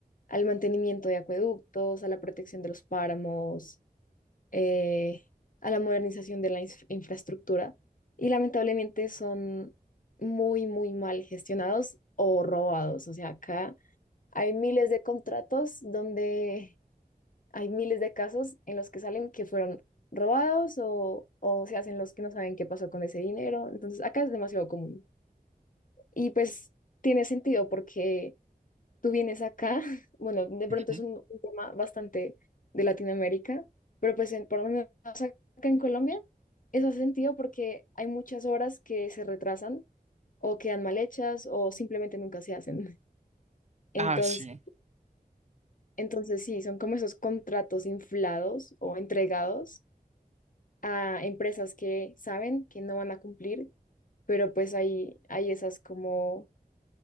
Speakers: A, on the left; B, on the right.
A: al mantenimiento de acueductos, a la protección de los páramos, eh, a la modernización de la ins- infraestructura y lamentablemente son muy, muy mal gestionados o robados. O sea, acá hay miles de contratos donde hay miles de casos en los que salen que fueron robados o, o se hacen los que no saben qué pasó con ese dinero. Entonces, acá es demasiado común. Y pues tiene sentido porque tú vienes acá, <laughs> bueno, de pronto
B: Ujú.
A: es un, un tema bastante de Latinoamérica, pero pues en, por lo menos acá en Colombia, eso hace sentido porque hay muchas obras que se retrasan o quedan mal hechas o simplemente nunca se hacen. <laughs> Entonces,
B: Ah, sí,
A: entonces sí, son como esos contratos inflados o entregados a empresas que saben que no van a cumplir, pero pues hay, hay esas como